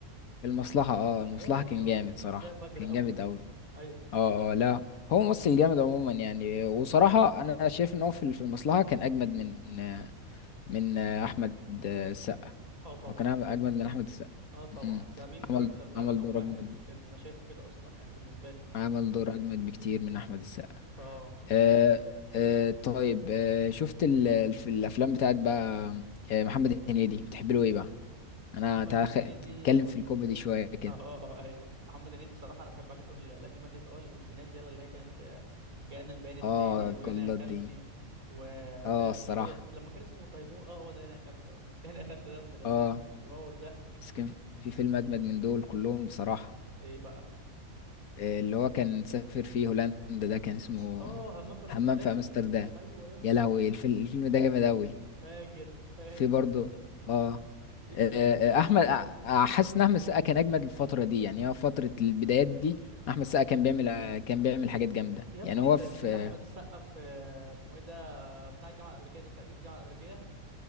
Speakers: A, on the left; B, on the right.
A: المصلحه اه المصلحه
B: جامد
A: كان
B: يا
A: جامد
B: كان
A: صراحه
B: شخصيه فجره
A: كان
B: قوي
A: جامد قوي
B: ايوه
A: اه اه لا هو ممثل جامد عموما يعني وصراحه انا شايف ان هو في في المصلحه كان اجمد من من احمد السقا
B: اه طبعا
A: هو كان أعمل- اجمد من احمد السقا
B: اه طبعا
A: مم.
B: ده مين كاركتر
A: عمل
B: ده
A: عمل
B: رقم
A: دور
B: واحد
A: اجمد
B: في الفيلم انا شايفه كده اصلا يعني بالنسبه لي
A: عمل دور اجمد بكتير من احمد السقا
B: اه
A: أه أه طيب أه شفت ال... في الافلام بتاعت بقى آه، محمد هنيدي بتحب له ايه بقى انا
B: محمد
A: تعال
B: هنيدي
A: خ- اتكلم
B: هقول
A: في الكوميدي شويه كده
B: اه ايوه محمد هنيدي صراحه انا بحب حاجاته ال- القديمه اللي هي في اول الالفينات يلا اللي هي كانت آه، جاءنا البيان التالي
A: اه الجلاد
B: ويانا يا خالتي
A: دي
B: و طي...
A: اه الصراحه
B: اسمه ايه لما كان اسمه تيمور اه هو ده انا يا خالتي اه <laughs> انا يا خالتي ده ابن لذين
A: اه
B: بيموت ضحك
A: بس كان في فيلم اجمد من دول كلهم بصراحه
B: ايه بقى
A: آه، اللي هو كان سافر فيه هولندا ده كان اسمه
B: اه همام في امستردام
A: همام في امستردام
B: ايوه يا اسطى
A: يا لهوي الفيلم الفيلم ده جامد اوي
B: فاجر فاجر
A: في برضه اه
B: في
A: آه،
B: كوميديا كتير
A: آه، آه، احمد آه، آه، حاسس ان احمد السقا كان اجمد الفتره دي يعني هو فتره البدايات دي احمد السقا كان بيعمل آه، كان بيعمل حاجات جامده
B: يا
A: يعني
B: ابني
A: هو
B: انت
A: في
B: نسيت احمد السقا في آه، اسمه ايه ده بتاع الجامعه الامريكيه ده صعيدي في الجامعه الامريكيه